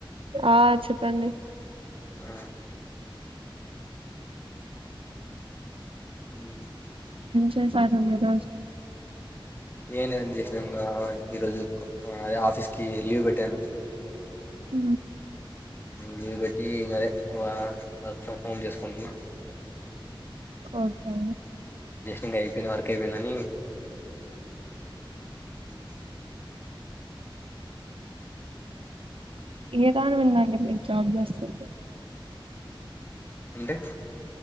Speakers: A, on the right (about 75°); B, on the left (about 25°).
A: ఆ చెప్పండి
B: ఆ మ్
A: చెప్పాలి మీరు
B: ఏం లేదు చేసిన ఇంకా ఈరోజు అదే ఆఫీస్ కి లీవ్ పెట్టాను
A: ఊ
B: లీవ్ పెట్టి ఇంగ అదే వర్క్ ఫ్రమ్ హోమ్ చేసుకుంటున్న
A: ఓకే
B: ఇంగ అయిపోయిన వర్క్ అయిపోయిందని మ్
A: ఏ దాని మీద అండి మీరు జాబ్ చేస్తుంది
B: అంటే